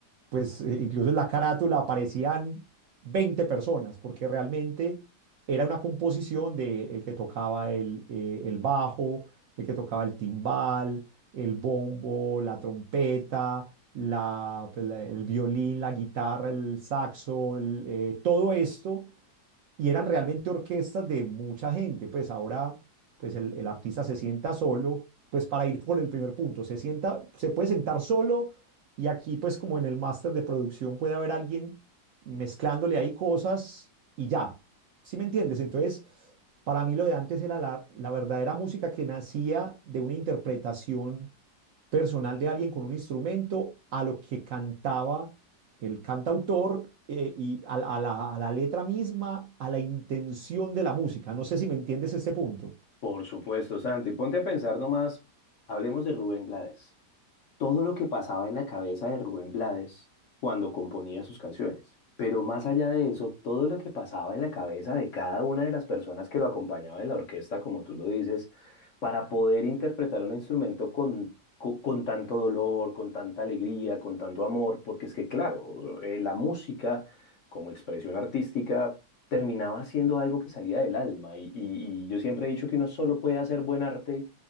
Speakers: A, on the right; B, on the left.
A: pues eh, incluso en la carátula aparecían 20 personas, porque realmente era una composición de el que tocaba el, eh, el bajo, el que tocaba el timbal, el bombo, la trompeta, la, pues, la- el violín, la guitarra, el saxo, el, eh, todo esto y eran realmente orquestas de mucha gente. Pues ahora, pues el, el artista se sienta solo, pues para ir por el primer punto, se sienta, se puede sentar solo y aquí pues como en el máster de producción puede haber alguien mezclándole ahí cosas y ya. ¿Sí me entiendes? Entonces, para mí lo de antes era la, la verdadera música que nacía de una interpretación personal de alguien con un instrumento a lo que cantaba el cantautor eh, y a, a la a la letra misma, a la intención de la música. No sé si me entiendes este punto.
B: Por supuesto, Santi. Ponte a pensar nomás, hablemos de Rubén Blades. todo lo que pasaba en la cabeza de Rubén Blades cuando componía sus canciones. Pero más allá de eso, todo lo que pasaba en la cabeza de cada una de las personas que lo acompañaba en la orquesta, como tú lo dices, para poder interpretar un instrumento con, co- con, tanto dolor, con tanta alegría, con tanto amor, porque es que, claro, eh, la música como expresión artística terminaba siendo algo que salía del alma. Y, y y yo siempre he dicho que uno solo puede hacer buen arte